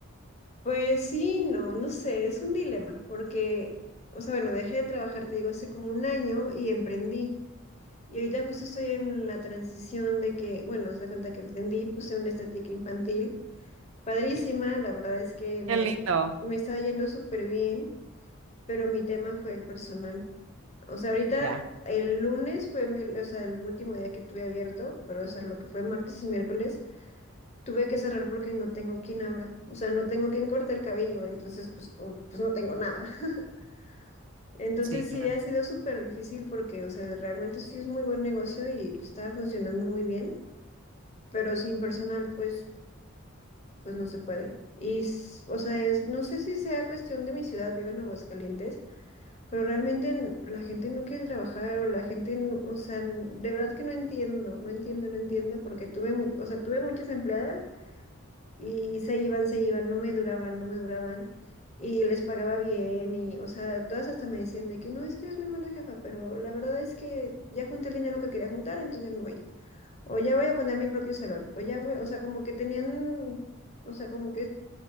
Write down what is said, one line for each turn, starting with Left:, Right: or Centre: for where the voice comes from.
Left: Pues sí, no, no sé, es un dilema, porque, o sea, bueno, dejé de trabajar, te digo, hace como un año y emprendí. Y ahorita justo estoy en la transición de que, bueno, os da cuenta que emprendí, puse una estética infantil Padrísima, la verdad es que me,
Right: Qué lindo.
Left: me estaba yendo súper bien, pero mi tema fue el personal. O sea, ahorita
Right: Ya,
Left: el lunes fue mi- o sea, el último día que tuve abierto, pero o sea, lo que fue martes y miércoles, tuve que cerrar porque no tengo quien abra. O sea, no tengo quien corte el cabello, entonces pues, como- pues no tengo nada. <laughs> Entonces
Right: sí, claro.
Left: sí ha sido súper difícil porque, o sea, realmente sí es muy buen negocio y pues, estaba funcionando muy bien, pero sin personal, pues pues no se puede. Y, s- o sea, es, no sé si sea cuestión de mi ciudad, vivo en Aguascalientes, pero realmente n- la gente no quiere trabajar o la gente, no- o sea, n- de verdad que no entiendo, no entiendo, no entiendo, porque tuve, mu- o sea, tuve muchas empleadas y se iban, se iban, no me duraban, no me duraban y les pagaba bien y, o sea, todas hasta me decían de que no, es que eres muy buena jefa, pero la verdad es que ya junté el dinero que quería juntar, entonces ya me voy. O ya voy a poner mi propio salón. O ya voy, o sea, como que tenían, o sea, como que,